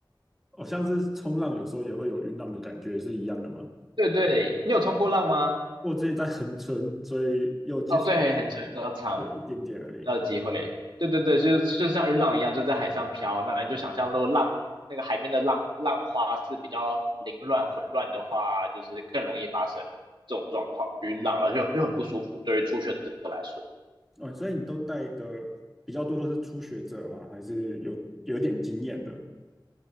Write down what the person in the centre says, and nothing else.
哦，像是冲浪有时候也会有晕浪的感觉，是一样的吗？
我之前在横村，所以有接触一点点，
就一点点而已。
哦，所以你都带的比较多都是初学者吗？还是有有点经验的？